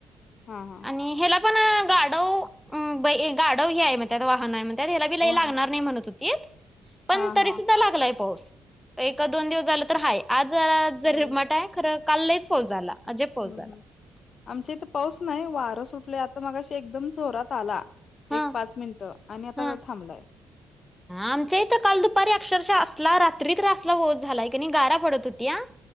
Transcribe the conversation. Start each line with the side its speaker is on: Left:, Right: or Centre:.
Left: हा हां
Centre: आणि ह्याला पण अ गाडव अ बय गाडव हे हाय म्हणतात वाहन हाय म्हण तर ह्याला बी लय
Left: वा
Centre: लागणार नाय म्हणत होतीत. पण
Left: हा
Centre: तरी
Left: हा
Centre: सुद्धा लागलाय पाऊस एक दोन दिवस झाल तर हाय आज जरा झरमट
Left: होय
Centre: हाय खरं काल लईच पाऊस झाला. अजिब पाऊस
Left: हूं
Centre: झाला.
Left: हूं आमच्या इथे पाऊस नाय वारं सुटलय आता मगाशी एकदम जोरात आला. एक
Centre: हा
Left: पाच मिनटं आणि आता
Centre: हा
Left: थांबलाय.
Centre: आमच्या इथं तर काल दुपारी अक्षरशः असला रात्री तर असला पाऊस झालाय कणी गारा पडत होत्या